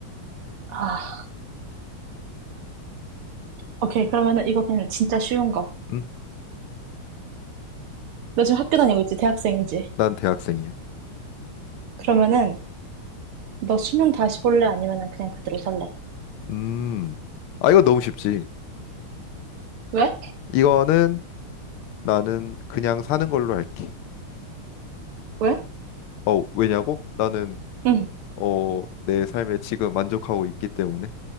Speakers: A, on the right; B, on the left.
A: 아, 오케이. 그러면은 이거 그냥 진짜 쉬운 거.
B: 음,
A: 너 지금 학교 다니고 있지? 대학생이지?
B: 난 대학생이야.
A: 그러면은 너 수능 다시 볼래? 아니면은 그냥 그대로 살래?
B: 음, 아 이거 너무 쉽지.
A: 왜?
B: 이거는 나는 그냥 사는 걸로 할게.
A: 왜?
B: 어, 왜냐고? 나는
A: 응.
B: 어, 내 삶에 지금 만족하고 있기 때문에